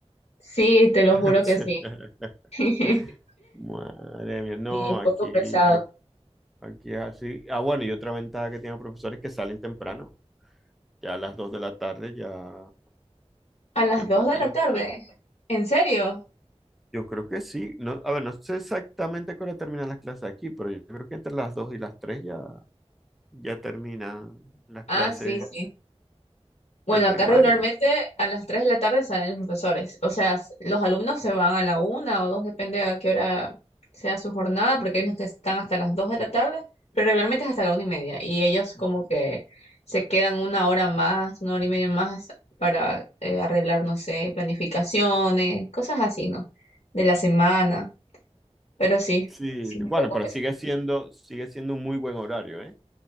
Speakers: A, on the left; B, in the centre.
A: Sí, te lo
B: <laughs>
A: juro que sí. <laughs>
B: Madre mía, no,
A: Y un poco
B: aquí,
A: pesado.
B: a- aquí es así. Ah, bueno, y otra ventaja que tienen los profesores es que salen temprano. Ya a las 2 de la tarde ya,
A: A las
B: yo
A: dos
B: creo
A: de
B: que
A: la
B: ya
A: tarde.
B: están.
A: ¿En serio?
B: Yo creo que sí. No, a ver, no sé exactamente a qué hora terminan las clases aquí, pero yo creo que entre las 2 y las 3 ya, ya terminan las
A: Ah,
B: clases
A: sí, sí. Bueno,
B: de primaria.
A: acá regularmente a las 3 de la tarde salen los profesores. O sea, s- los alumnos se van a la una o 2, depende a qué hora sea su jornada, porque hay unos que están hasta las 2 de la tarde, pero regularmente es hasta la una y media. Y ellos como que se quedan una hora más, una hora y media más para eh, arreglar, no sé, planificaciones, cosas así, ¿no? De la semana. Pero sí,
B: Sí,
A: sí,
B: sí,
A: un
B: bueno,
A: poco
B: pero
A: pesado.
B: sigue siendo, sigue siendo un muy buen horario, ¿eh?